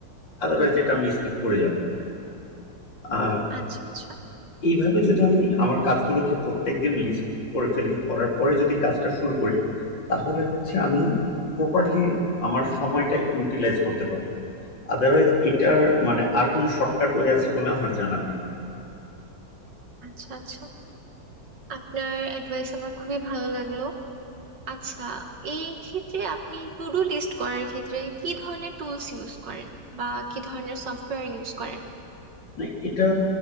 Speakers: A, on the left; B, on the right.
A: আদারওয়াইজ এটা আমি স্কিপ করে যাব আর
B: আচ্ছা আচ্ছা
A: এইভাবে যদি আমি আমার কাজগুলোকে প্রত্যেকদিন লিস্ট করে ফেলি করার পরে যদি কাজটা শুরু করি তাহলে হচ্ছে আমি প্রপারলি আমার সময়টা ইউটিলাইজ করতে পারবো আদারওয়াইজ এটার মানে আর কোনো শর্টকাট ওয়ে আছে বলে আমার জানা নেই
B: আচ্ছা আচ্ছা আপনার অ্যাডভাইস আমার খুবই ভালো লাগলো আচ্ছা এই ক্ষেত্রে আপনি টু ডু লিস্ট করার ক্ষেত্রে কি ধরনের টুলস ইউজ করেন বা কি ধরনের সফটওয়্যার ইউজ করেন
A: না, এটা